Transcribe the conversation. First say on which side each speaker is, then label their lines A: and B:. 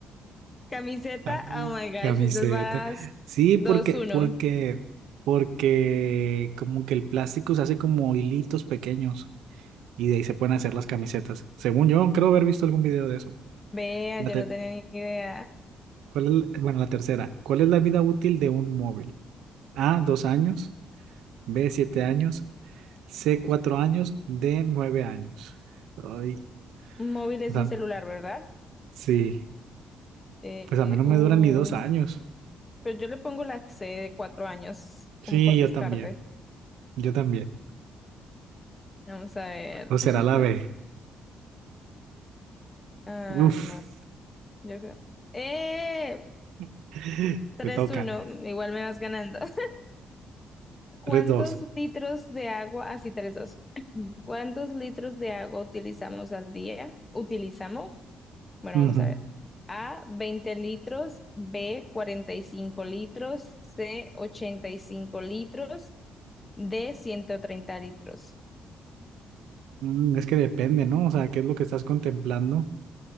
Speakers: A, on the left; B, on the right.
A: Camiseta,
B: Ah,
A: oh my gosh,
B: Camiseta.
A: entonces vas
B: Sí, porque,
A: dos uno
B: porque, porque como que el plástico se hace como hilitos pequeños. y de ahí se pueden hacer las camisetas. Según yo, creo haber visto algún video de eso.
A: Vea,
B: La
A: yo
B: te-
A: no tenía ni idea.
B: ¿cuál es la- bueno, la tercera. ¿Cuál es la vida útil de un móvil? A, dos años, B, siete años, C, cuatro años, D, nueve años. Ay,
A: Un móvil es
B: da-
A: un celular, ¿verdad?
B: sí,
A: Eh,
B: pues
A: eh,
B: a mí no me
A: uh,
B: duran ni dos años.
A: pero yo le pongo la C de cuatro años,
B: Sí,
A: como por
B: yo
A: descarte.
B: también, yo también.
A: Vamos a ver.
B: O será
A: <laughs>
B: la B.
A: Ah,
B: Uf,
A: no, yo creo. eh
B: <laughs>
A: tres
B: te toca.
A: uno igual me vas ganando. <laughs> ¿Cuántos
B: Tres, dos.
A: litros de agua? Así, tres dos <clears throat> ¿Cuántos litros de agua utilizamos al día? ¿Utilizamos? Bueno,
B: Ujú.
A: vamos a ver. A, 20 litros, B, 45 litros, C, 85 litros, D, 130 litros.
B: Mm, Es que depende, ¿no? O sea, ¿qué es lo que estás contemplando?